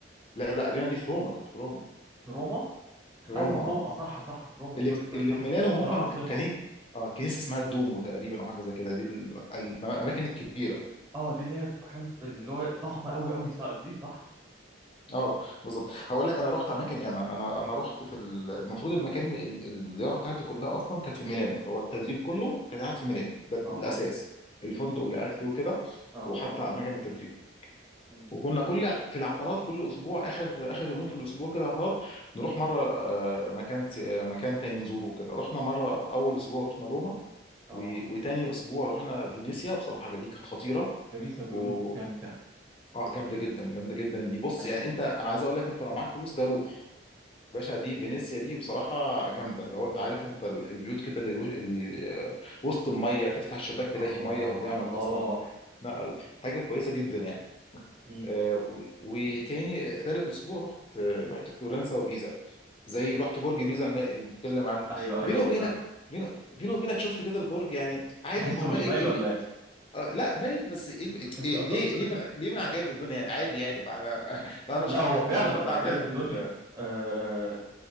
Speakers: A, on the left; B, on the right.
A: لا لا الارينا دي في روما كانت في روما
B: في روما
A: في روما
B: ايوه في روما
A: اه
B: صح صح في روما
A: اللي
B: سوري
A: في
B: سوري
A: اللي
B: صح
A: في ميلانو
B: صح
A: ممكن
B: في العاصمه
A: كان اه كنيسه اسمها الدومو تقريبا او حاجه زي كده دي ال- ال- الاماكن الكبيره
B: اه دي اللي هي مكان اللي هو ضخم قوي قوي صح دي صح
A: اه بالظبط هقول لك انا رحت اماكن يعني انا انا أنا رحت في ال- المفروض المكان ال- الزياره بتاعتي كلها اصلا كانت في ميلانو اللي هو التدريب كله كان قاعد في ميلانو ده
B: اه
A: الاساس الفندق
B: امم
A: اللي قاعد فيه وكده
B: اه
A: وحتى
B: اه
A: اماكن التدريب
B: امم
A: وكنا كل في العطلات كل اسبوع اخر اخر يومين في الاسبوع كده عطلات نروح مره آه، مكان ت- آه، مكان تاني نزوره كده رحنا مره اول اسبوع رحنا روما
B: اه
A: و- وتاني اسبوع رحنا فينيسيا بصراحه دي كانت خطيره
B: فينيسيا بيقولوا
A: و
B: جامدة
A: اه جامده جدا جامده جدا دي بص
B: ايوه
A: يعني انت انا عايز اقول لك انت لو معاك فلوس ده روح باشا دي فينيسيا دي بصراحة جامدة اللي هو انت عارف انت ال- البيوت كده اللي, اللي آه، وسط المية تفتح الشباك تلاقي
B: اه
A: في مية قدامك
B: الله
A: اصلا لا حاجة كويسة جدا يعني
B: مم.
A: آه، و- وتاني آه، تالت اسبوع رحت آه، رحت فلورنسا وبيزا زي رحت برج بيزا الم- اللي بنتكلم عنه
B: ايوه
A: بيني
B: ايوه
A: وبينك
B: بيزلمة
A: بيني بيني وبينك شفت كده البرج يعني عادي
B: تحسه
A: ما هو
B: مش
A: مايل
B: مايل
A: إيه
B: ولا
A: ال-
B: ايه
A: آه لا مايل بس إيه ال-
B: <laughs>
A: إيه ليه ليه من ليه من عجائب الدنيا يعني عادي يعني بقى انا <laughs> ده على
B: لا
A: شهر
B: هو فعلا
A: العمارات
B: من عجائب
A: عندنا في
B: الدنيا
A: ال...
B: آه